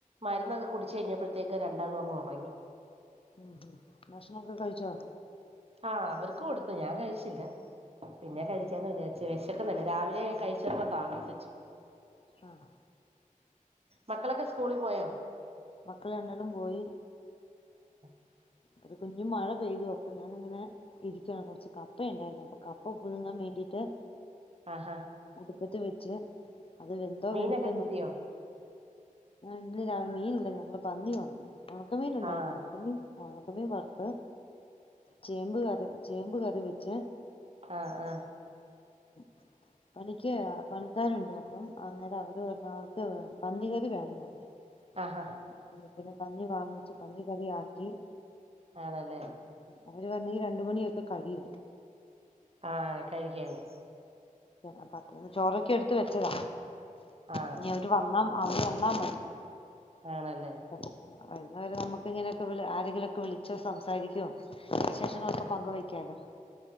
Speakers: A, on the right (about 45°); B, on the left (about 40°).
A: മരുന്നൊക്കെ കുടച്ച് കഴിഞ്ഞപ്പോഴത്തേക്ക് രണ്ടാളും അങ് ഉറങ്ങി
B: ഉം ഹ ഭക്ഷണംക്കെ കഴിച്ചോ
A: ആഹ അവർക്ക് കൊടുത്തു ഞാൻ കഴിച്ചില്ല പിന്നെ
B: ആഹ്
A: കഴിക്കാന്ന് വിചാ വിശക്കല്ലേ രാവിലെ കഴിച്ചന്ന താമസിച്ചു
B: ആഹ്
A: മക്കളൊക്കെ സ്കൂളിൽ പോയാോ
B: മക്കൾ എണ്ടാലും പോയി
A: <inaudible>
B: ഒരു കുഞ്ു മഴ പെയ്തു അപ്പൊ ഞാനിങ്ങനെ ഇരിക്കയാണ് കുറച്ച് കപ്പയ ഉണ്ടായിരുന്നു അപ്പൊ കപ്പ പുൊതുങ്ങാൻ വേണ്ടിയിട്ട്
A: ആഹാ
B: അത് പത്ത വെച്ചു അത് വെന്തോ
A: മീനൊക്കെ
B: വെന്തിട്ടക്ക
A: കിട്ടിയോ
B: ഇന്ന ര മീനില്ല ഞങ്ങള്ൾ പന്നി വാങ്ങി ഉണക്കക്ക് മീൻ ഉണ്ടായിരുന്നു
A: ആഹ്
B: ഉ വണക്കമേ പത്ത് ചേമ്പ് കറി ചേമ്പ് കറി വെച്ച
A: ആഹ് ആഹ്
B: <inaudible> പണിക്ക് പണിക്കാരുണ്ട് അപ്പം അന്നേരം അവര് പറഞ്ഞവർക്ക് പന്നി കറി വേണംന്ന് പറഞ്ഞു
A: ആഹാ
B: അപ്പം പിന്നെ പന്നി വാങ്ങിച്ചു പന്നി കറി ആക്കി
A: ആണല്ലേ
B: അവര് വരണേ രണ്ട് മണിയൊക്കെ കഴിയും
A: ആഹ് കഴിക്കാന്
B: അപ്പത്തേക്ക് ചോറൊക്കെ എടുത്ത് വെച്ചതാ
A: ആഹ്
B: ഇനി അവര് വന്നാ അവര് വന്നാ മതി
A: ആണല്ലേ
B: അപ്പം, ആ, വരുന്നവരെ നമുക്ക് ഇങ്ങനെ ആരെങ്കിലുംക്കെ വിളിച്ചോ സംസാരിക്കുവോ വിശേഷങ്ങളൊക്കെ പങ്ക് വയ്ക്കാലോ